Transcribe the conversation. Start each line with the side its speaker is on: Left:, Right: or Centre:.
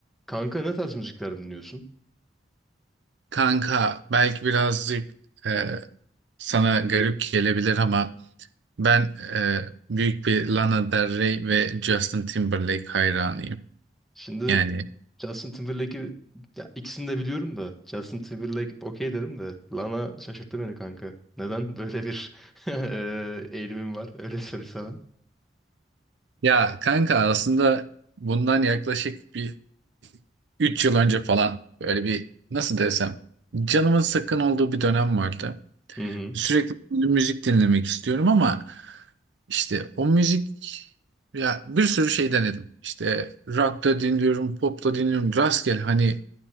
Centre: Kanka ne tarz müzikler dinliyorsun?
Right: Kanka belki birazcık e, sana garip gelebilir ama ben e, büyük bir Lana Del Rey ve Justin Timberlake hayranıyım.
Centre: Şimdi
Right: Yani
Centre: Justin Timberlake'i ya ikisini de biliyorum da Justin Timberlake okey derim de Lana şaşırttı beni kanka. Neden böyle bir <laughs> eee, eğilimim var? Öyle sorayım sana.
Right: ya kanka aslında bundan yaklaşık bir 3 yıl önce falan böyle bir nasıl desem canımın sıkkın olduğu bir dönem vardı.
Centre: Hı hı.
Right: Sürekli müzik dinlemek istiyorum ama işte o müzik ya bir sürü şey denedim. İşte rock da dinliyorum, pop da dinliyorum. Rastgele hani